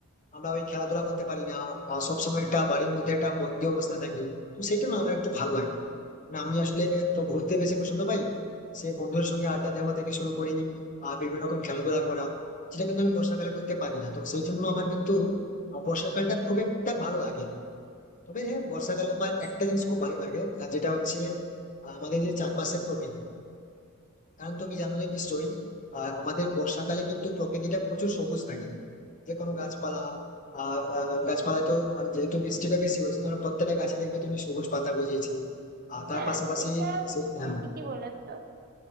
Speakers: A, on the left (about 35°); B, on the right (about 45°).
A: আমরা ওই খেলাধুলা করতে পারি না আহ, সবসময় একটা বাড়ির মধ্যে একটা বন্দি অবস্থা থাকি তো সেটা না আমার একটু ভালো লাগে না আমি আসলে তো ঘুরতে বেশি পছন্দ পাই সে বন্ধুদের সঙ্গে আড্ডা দেওয়া থেকে শুরু করি আহ বিভিন্ন রকম খেলাধুলা করা সেটা কিন্তু আমি বর্ষাকালে করতে পারি না তো সেই জন্য আমার কিন্তু আহ, বর্ষাকালটা খুব একটা ভালো লাগে না। তবে হ্যাঁ বর্ষাকালে আমার একটা জিনিস খুব ভালো লাগে আহ, যেটা হচ্ছে আহ, আমাদের যে চারপাশের প্রকৃতি কারণ তুমি জানো যে নিশ্চয়ই আহ, আমাদের বর্ষাকালে কিন্তু প্রকৃতিটা প্রচুর সবুজ থাকে যে কোনো গাছপালা আহ আহ, গাছপালায় তো মানে যেহেতু বৃষ্টিটা বেশি হয়েছে ধরো প্রত্যেকটা গাছে দেখবে তুমি সবুজ পাতা গজিয়েছে আর তার
B: হ্যাঁ
A: পাশাপাশি
B: এটা অবশ্য
A: সেই
B: তুমি
A: হ্যাঁ
B: ঠিকই বলেছ